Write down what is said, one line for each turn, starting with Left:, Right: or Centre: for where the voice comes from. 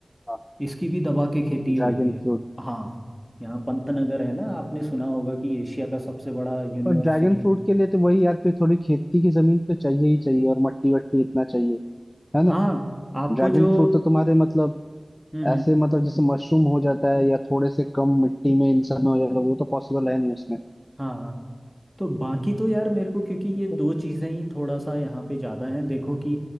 Left: हाँ,
Centre: इसकी भी दबा के खेती
Left: ड्रैगन
Centre: हो रही है
Left: फ्रूट
Centre: हाँ यहाँ पंतनगर है ना आपने सुना होगा कि एशिया का सबसे बड़ा यूनिवर्सिटी
Left: पर ड्रैगन फ्रूट के लिए तो वही यार फिर थोड़ी खेती की जमीन तो चाहिए ही चाहिए और मट्टी वट्टी इतना चाहिए है ना
Centre: हाँ आपको
Left: ड्रैगन
Centre: जो
Left: फ्रूट तो तुम्हारे मतलब
Centre: हम्म हम्म
Left: ऐसे मतलब जैसे मशरूम हो जाता है या थोड़े से कम मिट्टी में इंसान हो जाता है वो तो पॉसिबल है नहीं उसमें
Centre: हाँ हाँ तो बाकी तो यार मेरे को क्योंकि
Left: अच्छा
Centre: ये दो चीज़ें ही थोड़ा सा यहाँ पे ज़्यादा हैं देखो कि